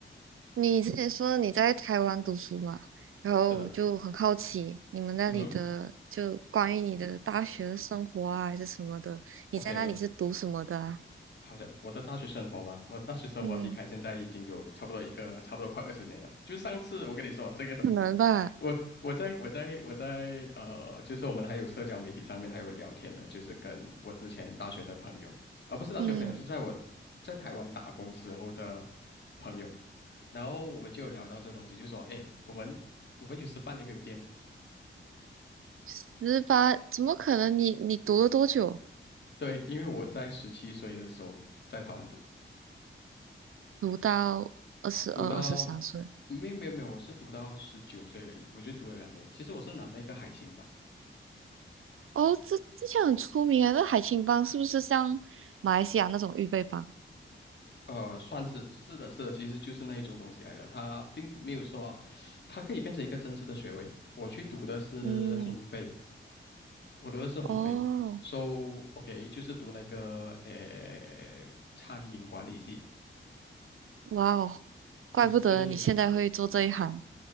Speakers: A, on the right; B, on the left.
A: 你之前说你在台湾读书嘛，然后我就很好奇你们那里的，
B: 是的，嗯哼
A: 就关于你的大学的生活啊，还是什么的，你在那里是读什么的啊？
B: ，OK，我好的，我的大学生活嘛，我的大学生活离开现在已经有差不多一个，
A: 嗯，
B: 差不多快二十年了。就上次我跟你说这个东西，
A: 可能吧，
B: 我我在我在我在呃，就是我们还有社交媒体上面还有聊天的，就是跟我之前大学的朋友，而、不是大学朋友，
A: 嗯，
B: 是在我在台湾打工时候的朋友。然后我们就有聊到这东西，就说，哎，我们我们有十八年没有见了。
A: 十八，怎么可能你？你读了多久？
B: 对，因为我在十七岁的时候在台湾读，
A: 读到二十二、
B: 读到
A: 二十三岁？
B: 没有没有没有，我是读到十九岁而已，我就读了两年。其实我是拿那个海青班，
A: 哦，这之前很出名啊，那海青帮是不是像马来西亚那种预备班？
B: 呃，算是是的是的，其实就是那一种东西来的。它并不没有说啊，它可以变成一个真实的学位。我去读的是烘焙，
A: 嗯，
B: 我读的是烘焙，so
A: 哦，
B: OK，就是读那个呃餐饮管理系，
A: 哇哦，怪不得你现在会做这一行。
B: 嗯，就是读餐